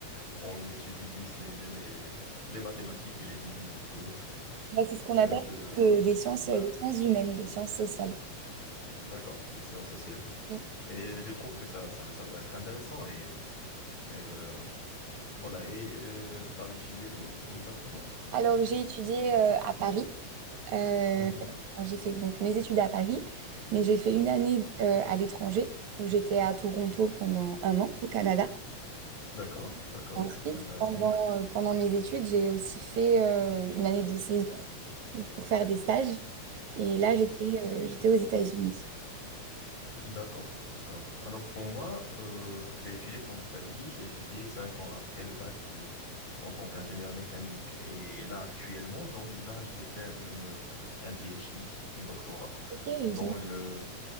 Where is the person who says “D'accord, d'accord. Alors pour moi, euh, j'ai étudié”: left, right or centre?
Left